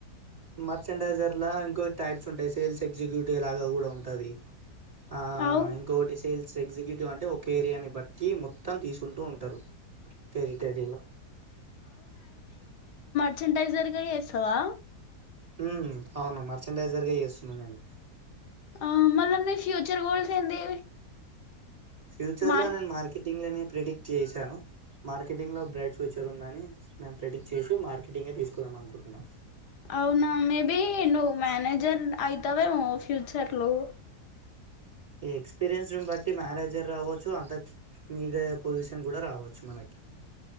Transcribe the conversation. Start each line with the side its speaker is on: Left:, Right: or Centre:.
Right: మర్చెండైజర్ లా ఇంకో టైప్స్ ఉంటాయి సేల్స్ ఎగ్జిక్యూటివ్ లాగా కూడా ఉంటాది ఆ
Left: అవు
Right: ఇంకోటి సేల్స్ ఎగ్జిక్యూటివ్ అంటే కేరియాని బట్టి మొత్తం తీసుకుంటూ ఉంటారు. టెరిటేరీలో
Left: మార్టైజర్ జెస్తావా
Right: ఉ అవును మర్చంటైజరుగా చేస్తున్నా నేను
Left: ఆ మల్ల మీ ఫ్యూచర్ గోల్స్ ఏంది
Right: ఫ్యూచర్
Left: మార్క్
Right: లో నేను మార్కెటింగ్ లోనే ప్రిడిక్ట్ చేసాను మార్కెటింగ్ లో బ్రైట్ ఫ్యూచర్ ఉందని నేను ప్రిడిక్ట్ చేసి మార్కెటింగే తీసుకుదాం అనుకుంటున్నాను
Left: అవునా మేబి నువ్వు మేనేజర్ అయితావేమో ఫ్యూచర్ లో
Right: ఎ ఎక్స్పీరియన్స్ ను బట్టి మేనేజర్ రావచ్చు అంత మీదే పొజిషన్ కూడా రావచ్చు మనకి